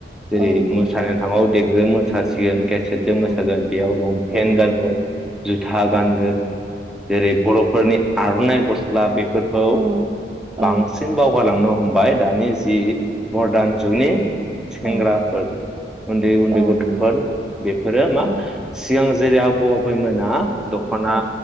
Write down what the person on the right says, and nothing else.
औ औ
औ
औ
नोंथां औ
औ
औ औ
औ
औ
नंगौ
औ
औ